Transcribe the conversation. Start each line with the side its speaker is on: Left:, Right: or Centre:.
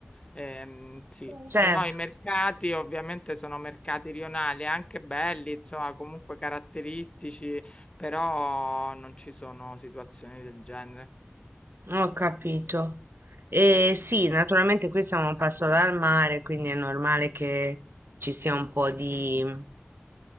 Left: Ehm, sì. Se
Right: certo.
Left: no, i mercati ovviamente sono mercati rionali, anche belli, insomma, comunque caratteristici, però non ci sono situazioni del genere.
Right: Ho capito. E sì, naturalmente qui siamo a un passo dal mare, quindi è normale che ci sia un po' di,